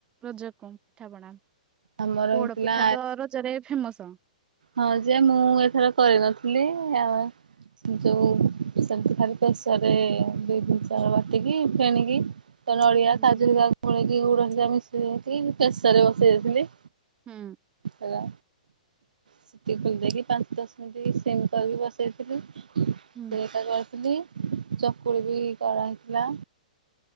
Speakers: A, on the right; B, on the right.
A: ରଜକୁ ପିଠା ପଣା
B: ଆମର
A: ପୋଡପିଠା
B: ହେଇଥିଲା
A: ତ ରଜରେ ଫେମସ।
B: ହଁ ଯେ ମୁଁ ଏଥର କରିନଥିଲି ଆଉ ଯୋଉ ସେମିତି ଖାଲି ପ୍ରେସରରେ ଦେଇ ଦେଇଛି। ବାଟିକି ଫେଣିକି ତା ନଡ଼ିଆ
A: ହୁଁ
B: କାଜୁ ହେଡ଼ିକା ଗୋଳିକି ଗୁଡ଼ ହେରିକା ମିଶେଇ ଦେଇଥିଲି। ପ୍ରେସରରେ ବସେଇ ଦେଇଥିଲି।
A: ହୁଁ।
B: ହେଲା। ସେତିକି ବୁଲିଦେଇକି ପାଞ୍ଚ ଦଶ ମିନିଟ୍ ସିମ କରିକି ବସେଇ ଦେଇଥିଲି।
A: ହୁଁ
B: ସେଟା କରିଥିଲି। ଚକୁଳି ବି କରା ହେଇଥିଲା।